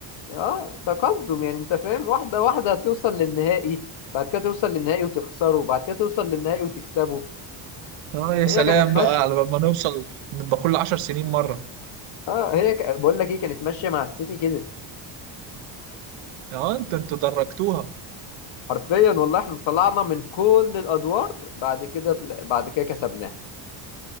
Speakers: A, on the left; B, on the right.
A: اه تقدم يعني انت فاهم واحده واحده هتوصل للنهائي بعد كده توصل للنهائي وتخسره وبعد كده توصل للنهائي وتكسبه
B: اه يا
A: هي
B: سلام
A: كانت ماشيه
B: بقى على ما نوصل نبقى كل عشر سنين مره
A: اه هي ك... بقول لك ايه كانت ماشيه مع السيتي كده
B: اه انت انتوا درجتوها
A: حرفيا والله احنا طلعنا من كل الادوار بعد كده طل- بعد كده كسبناها